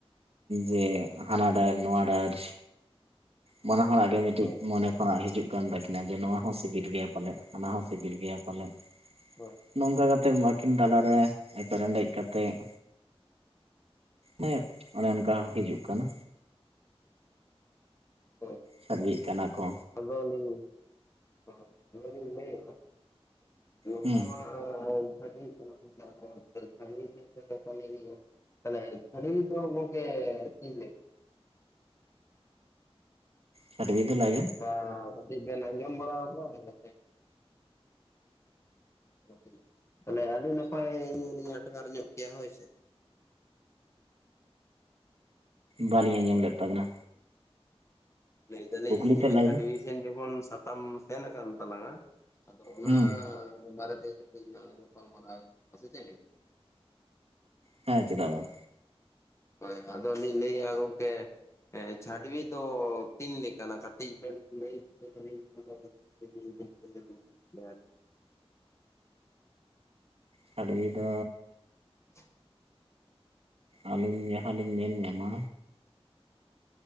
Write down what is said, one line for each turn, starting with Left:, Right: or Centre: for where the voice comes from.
Right: ᱡᱮ ᱦᱟᱱᱟ ᱰᱟᱹᱨ ᱱᱚᱣᱟ ᱰᱟᱹᱨ ᱵᱟᱱᱟ ᱦᱚᱲᱟᱜ ᱜᱮ ᱢᱤᱫᱴᱤᱡ
Left: ᱦᱳᱭ
Right: ᱢᱚᱱᱮ ᱠᱷᱚᱱᱟᱜ ᱦᱤᱡᱩᱜ ᱠᱟᱱ ᱛᱟᱹᱠᱤᱱᱟ ᱡᱮ ᱱᱚᱣᱟ ᱦᱚᱸ ᱥᱤᱵᱤᱞ ᱜᱮᱭᱟ ᱯᱟᱞᱮᱫ ᱦᱟᱱᱟ ᱦᱚᱸ ᱥᱤᱵᱤᱞ ᱜᱮᱭᱟ ᱯᱟᱞᱮᱫ
Left: ᱦᱳᱭ
Right: ᱱᱚᱝᱠᱟ ᱠᱟᱛᱮᱜ ᱟᱠᱤᱱ ᱛᱟᱞᱟᱮ ᱮᱯᱮᱨ ᱦᱮᱰᱮᱡ ᱠᱟᱛᱮᱫ ᱦᱮᱸ ᱚᱱᱮ ᱚᱱᱠᱟ ᱦᱤᱡᱩᱜ ᱠᱟᱱᱟ
Left: ᱦᱳᱭ
Right: ᱥᱟᱰᱮᱜ ᱠᱟᱱᱟ ᱠᱚ᱾
Left: ᱟᱫᱚ ᱞᱤᱧ ᱞᱟᱹᱭᱮᱫ
Right: ᱦᱩᱸ
Left: ᱱᱚᱝᱠᱟ ᱢᱟ <unintelligible> <inaudible>
Right: ᱪᱷᱟᱰᱣᱤ ᱫᱚ ᱞᱟᱭ
Left: <unintelligible> ᱠᱟᱹᱡ ᱵᱤᱱ ᱟᱡᱚᱢ ᱵᱟᱲᱟ ᱟᱠᱟᱫᱟ <inaudible> ᱛᱟᱦᱚᱞᱮ ᱟᱹᱰᱤ ᱱᱟᱯᱟᱭ ᱟᱞᱤᱧ ᱟᱴᱠᱟᱨ ᱧᱚᱜ ᱠᱮᱭᱟ ᱦᱳᱭ ᱥᱮ᱾
Right: ᱵᱟᱞᱤᱧ ᱟᱸᱡᱚᱢ ᱞᱮᱫ ᱛᱟᱵᱤᱱᱟ᱾
Left: ᱞᱟᱹᱭ ᱫᱟᱞᱤᱧ
Right: ᱠᱩᱠᱞᱤ
Left: ᱱᱚᱜ
Right: ᱛᱮᱫ
Left: ᱚᱭ
Right: ᱞᱟᱹᱭ
Left: ᱪᱷᱟᱵᱷᱩᱭᱤ
Right: ᱵᱮᱱ
Left: ᱥᱮᱱ ᱡᱮᱢᱚᱱ ᱥᱟᱛᱟᱢ ᱥᱮᱱ ᱠᱟᱱᱟᱱ ᱛᱟᱞᱟᱝᱼᱟ, ᱟᱫᱚ ᱚᱱᱟ
Right: ᱦᱩᱸ
Left: ᱵᱟᱨᱮ ᱛᱮ ᱠᱟᱴᱤᱡ ᱞᱟᱝ ᱜᱟᱯᱟᱞ ᱢᱟᱨᱟᱣ ᱥᱮ ᱪᱮᱫ ᱞᱟᱜᱤᱫ?
Right: ᱦᱮᱸ ᱪᱮᱫᱟᱜ ᱵᱟᱝ᱾
Left: ᱦᱳᱭ ᱟᱫᱚ ᱞᱤᱧ ᱞᱟᱹᱭᱮᱜᱼᱟ ᱜᱚᱢᱠᱮ ᱦᱮᱸ ᱪᱷᱟᱰᱵᱤ ᱫᱚ ᱛᱤᱱ ᱞᱮᱠᱟᱱᱟᱜ ᱠᱟᱹᱴᱤᱡ ᱵᱮᱱ ᱞᱟᱹᱭ ᱩᱛᱟᱹᱨ <inaudible> <unintelligible>
Right: ᱪᱷᱟᱰᱣᱤ ᱫᱚᱻ
Left: <inaudible>
Right: ᱟᱹᱞᱤᱧ ᱡᱟᱦᱟᱸᱞᱤᱧ ᱧᱮᱞ ᱧᱟᱢᱟ